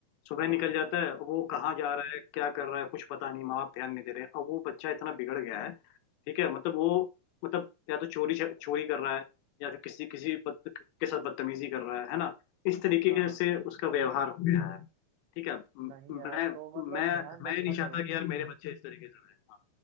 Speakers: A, on the left; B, on the right.
A: सुबह
B: हाँ
A: निकल जाता है वो कहाँ जा रहा है क्या कर रहा है कुछ पता नहीं माँ बाप ध्यान नहीं दे रहे अब वो बच्चा इतना बिगड़ गया है ठीक है मतलब वो मतलब या तो चोरी चोरी कर रहा है या फिर किसी किसी बद, के साथ बदतमीजी कर रहा है है ना इस तरीके
B: हाँ
A: के से उसका व्यवहार हो गया है ठीक है म-
B: नहीं
A: मैं
B: यार तो मतलब
A: मैं
B: ध्यान
A: मैं
B: रखा
A: नहीं चाहता
B: करो
A: कि यार मेरे बच्चे इस तरीके से रहे हाँ